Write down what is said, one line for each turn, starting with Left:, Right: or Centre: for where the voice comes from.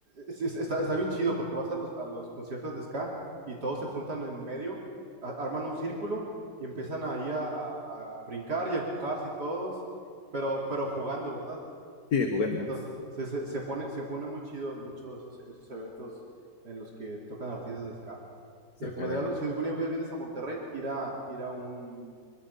Right: es- es- está, está bien chido porque vas a los, a los conciertos de ska y todos se juntan en medio, a- arman un círculo y empiezan ahí a, a- a brincar y a empujarse y todos, pero, pero jugando, ¿verdad?
Left: Sigue jugando.
Right: Entonces
Left: ¿no?
Right: se, se- se pone, se pone muy chido mucho esos, esos eventos en los que tocan artistas de ska.
Left: Sí,
Right: Te recomendaría,
Left: ojalá.
Right: algo- si alguna vez vienes a Monterrey, ir a, ir a un